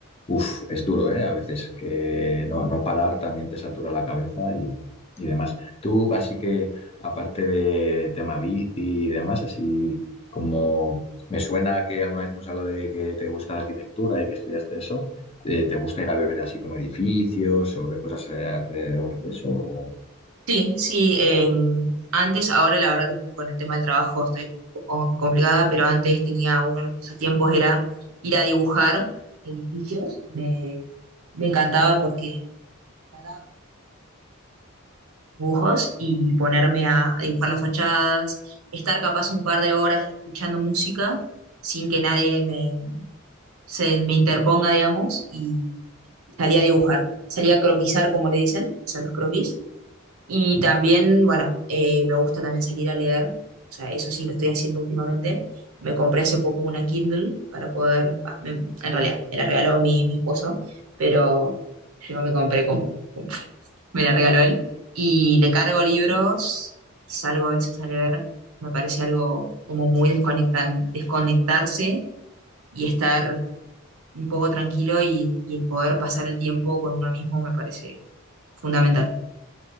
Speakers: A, on the left; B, on the right.
A: Uf, es duro, ¿eh? A veces que no, no parar también te satura la cabeza y, y demás. Tú, así que, aparte de tema bici y demás, así como me suena que alguna vez hemos hablado de que te gusta la arquitectura y que estudiaste eso, eh, ¿te gusta ir a ver así como edificios o ver cosas eh, alrededor de eso? O-
B: Sí, sí, eh, antes, ahora la verdad que con el tema del trabajo estoy un poco complicada, pero antes tenía uno de los pasatiempos era ir a dibujar edificios. Me, me encantaba porque me encantaba dibujos y ponerme a, a dibujar las fachadas, estar capaz un par de horas escuchando música sin que nadie me, se me interponga, digamos, y salí a dibujar, salí a croquisar, como le dicen, o sea, los croquis. Y
A: Ujú.
B: también, bueno, eh, me gusta también salir a leer, o sea, eso sí lo estoy haciendo últimamente. Me compré hace poco una Kindle para poder, ah, me- en realidad, me la regaló mi, mi esposo, pero yo me compré como, como <laughs> me la regaló él. Y le cargo libros y salgo a veces a leer. Me parece algo como muy desconecta, desconectarse y estar un poco tranquilo y, y el poder pasar el tiempo con uno mismo me parece fundamental.